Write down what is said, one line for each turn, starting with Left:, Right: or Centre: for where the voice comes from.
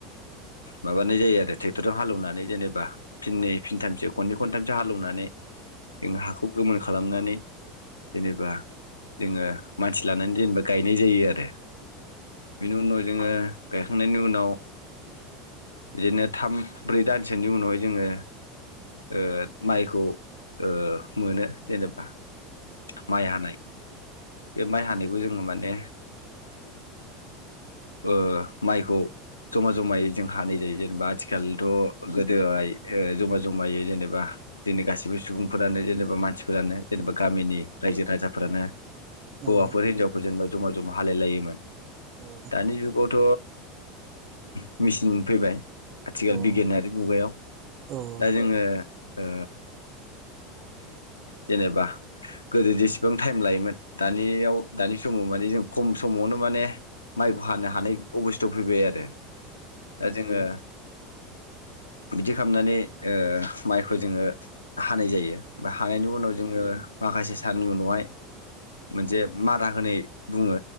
Left: माबानाय जायो आरो ट्रेक्टरजों हालएवनानै जेनेबा फिनै फिनथामसो खनै खनथाम जाहालएवनानै जोङो हाखौ गोमोन खालामनानै जेनेबा जोङो मानसि लानानै जेनेबा गायनाय जायो आरो बिनि उनाव जोङो गायखांनायनि उनाव बिदिनो थाम ब्रै दानसोनि उनावहाय जोङो ओ माइखौ ओ मोनो जेनेबा माइ हानाय बे माइ हानाय बो जोङो माने ओ माइखौ जमा जमायै जों हानाय जायो जेनेबा आथि खालथ गोदोओहाय ओ जमा जमायै जेनेबा दिनै गासिबो सुबुंफोरानो जेनेबा मानसि फोरानो जेनेबा गामिनि रायजो राजाफोरानो हौवाफोर
Right: औ
Left: हिनजावफोर जेनेबा जमा जमा हालायलायोमोन
Right: औ
Left: दानि जुगावथ <inaudible> मिसिन फैबाय आथिखाल
Right: हागोन
Left: बिगियानारि मुगायाव
Right: हागोन
Left: दा जोङो ओ जेनेबा गोदो जेसेबां टाइम लायोमोन दानियाव दानि समाव माने जों खम समावनो माने माइखौ हानो हानाय अबस्थायाव फैबाय आरो दा जोङो बिदि खामनानै ओ माइखौ जोङो हानाय जायो बा हायानि उनाव जोङो माखासे सारनि उनावहाय मोनसे मादा होनाय बुङो